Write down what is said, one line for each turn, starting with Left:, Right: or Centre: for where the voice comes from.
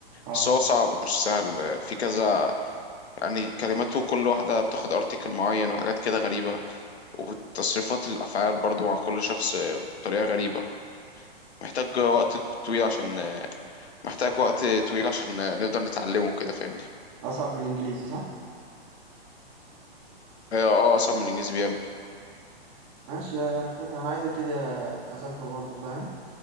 Right: اه
Left: بس هو صعب مش سهل آه، في كذا يعني كلماته كل واحده بتاخد ارتكل معين وحاجات كده غريبه وتصريفات الافعال برضو مع كل شخص آه، بطريقه غريبه محتاج وقت طويل عشان آه، محتاج وقت طويل عشان آه، نقدر نتعلمه كده فاهمني
Right: أصعب من الإنجليزي صح؟
Left: اه آه، اصعب من الانجليزي بياما
Right: ماشي يا الفكرة أنا عايز أبتدي أ- أذاكره برضه فاهم؟